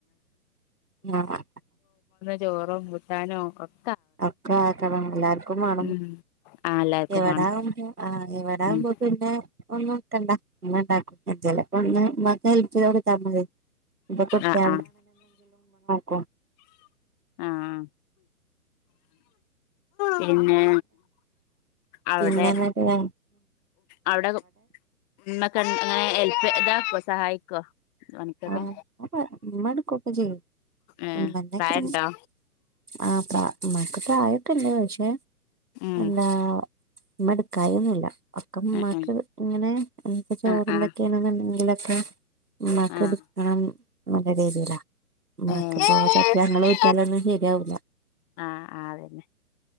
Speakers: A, on the right; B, on the left.
A: ആഹ്
B: ചോറോ മുത്താനോ ഒക്ക
A: അക്ക <unintelligible> ക്ക മാണം
B: ഉം ആഹ് എല്ലാർക്കും
A: ഇവിടാവുമ്പ
B: വാണം
A: പി ആ ഇ വിടാവുമ്പോ
B: ഉം
A: പിന്നെ ഒന്ന്ത്തണ്ട ഇമ്മ ഇണ്ടാക്കും ചിലപ്പ ഒന്ന് ഇമ്മാക്ക് ഹെല്പ് ചെയ്തുകൊടുക്കും ഇതാവുമ്പള് ഇത് കുട്ടി
B: ആഹ് ആഹ്
A: കു <inaudible>
B: ആഹ് പിന്നെ അവിടെ
A: പിന്നെ എന്തൊക്കെണ്
B: അവിടെ മ്മക്കെ എങ്ങനെ ഹല്പ് ഇതാക്കോ സഹായിക്കോ പണിക്കൊക്കെ
A: ആഹ മ്മട്ക്കൊക്കെ ചെയ്യും
B: ഏഹ്
A: മ്മന്റത്ര
B: പ്രായണ്ടോ
A: മ്മാക്ക് പ്രായോട്ടില്ല പക്ഷെ
B: ഉം
A: <unintelligible> എല്ലാ മ്മ എടുക്കായിഒന്നുല്ല ഒക്കെ മ്മാക്ക്
B: ഉം
A: ഇങ്ങനെ എന്ത ചോറ്ന്തൊക്കെയാണെന്നുണ്ടെങ്കിലൊ-
B: ഉം ആഹ്
A: ക്കെ മ്മാക്ക്
B: ആഹ്
A: ഇട്ക്കണം ന്നൊള്ള രീതിയിലാ മ്മാക്ക്
B: ആഹ്
A: ചോറ് ചെല്പം
B: ആഹ്
A: ങ്ങങ്ങള് ഊറ്റി യാലൊന്നും ശരിയാവൂല
B: ആഹ് അതന്നെ